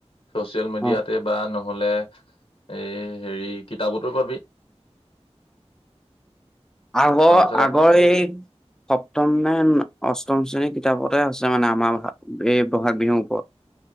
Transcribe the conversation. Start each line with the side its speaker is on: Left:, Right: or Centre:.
Left: চচিয়েল মিডিয়াতে
Centre: অ',
Left: বা নহ'লে এই হেৰি কিতাপতো পাবি
Centre: আগৰ
Left: তাৰপিছত আক-
Centre: আগৰ এই সপ্তম নে অষ্টম অষ্টম শ্ৰেণীৰ কিতাপতে আছে মানে আমাৰ এই বহাগ বিহুৰ ওপৰত